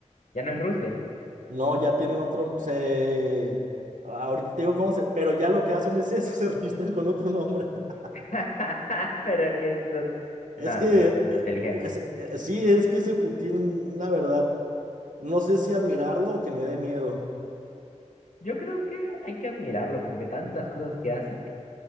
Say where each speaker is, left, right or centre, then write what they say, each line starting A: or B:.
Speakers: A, on the left (about 85°); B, on the right (about 75°).
A: Ya no es Rusia.
B: No, ya tienen otro, se... Ahorita te digo cómo se... Pero ya lo que hacen es eso, <laughs> se registran con otro nombre. <laughs>
A: <laughs> Pero que estos,
B: Es
A: no,
B: que,
A: tiene razón,
B: eh,
A: inteligentes.
B: pues eh, eh, sí, es que ese Putin, la verdad, no sé si admirarlo o que me dé miedo.
A: Yo creo que hay que admirarlo porque tantas cosas que hace.